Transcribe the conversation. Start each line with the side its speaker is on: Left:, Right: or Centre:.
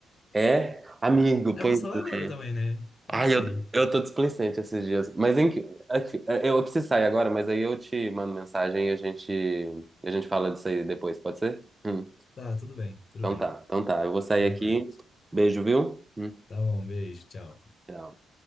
Right: É, amigo, pois
Left: Ah, eu posso falar agora
Right: é.
Left: também, né? Eu
Right: Ai,
Left: não sei.
Right: eu, eu tô displicente esses dias. Mas em que- aqui- eu preciso sair agora, mas aí eu te mando mensagem e a gente, a gente fala disso aí depois, pode ser? Hum,
Left: Tá, tudo bem, tudo
Right: então
Left: bem.
Right: tá, então tá. Eu vou sair
Left: Então
Right: aqui.
Left: tá.
Right: Beijo, viu? Hum,
Left: Tá bom, beijo, tchau.
Right: tchau.